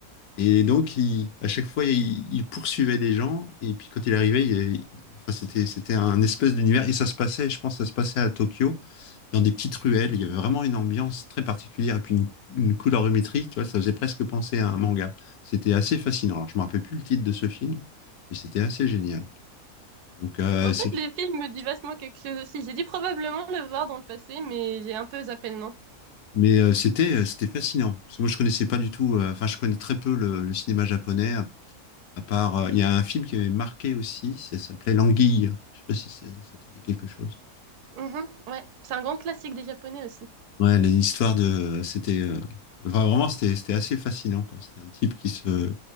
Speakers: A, on the left; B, on the right.
A: Et donc, il- à chaque fois, il, il poursuivait les gens. Et puis, quand il arrivait, il- il- enfin, c'était, c'était un espèce d'univers. Et ça se passait, je pense, que ça se passait à Tokyo, dans des petites ruelles. Il y avait vraiment une ambiance très particulière. Et puis, une, une colorimétrie, tu vois, ça faisait presque penser à un manga. C'était assez fascinant. Alors, je me rappelle plus le titre de ce film, mais c'était assez génial. Donc, euh,
B: En
A: c'est
B: fait, le film me dit vachement quelque chose aussi. J'ai dû probablement le voir dans le passé, mais j'ai un peu zappé le nom.
A: Mais euh, c'était euh, c'était fascinant. Parce que moi, je connaissais pas du tout, euh, enfin, je connais très peu le, le cinéma japonais, à, à part, euh, il y a un film qui avait marqué aussi, ça s'appelait L'Anguille. Je sais pas si ça, ça te dit quelque chose.
B: Mhm, ouais, c'est un grand classique des Japonais aussi.
A: Ouais, l'histoire de, c'était, euh, enfin, vraiment, c'était c'était assez fascinant, quoi. C'était un type qui se,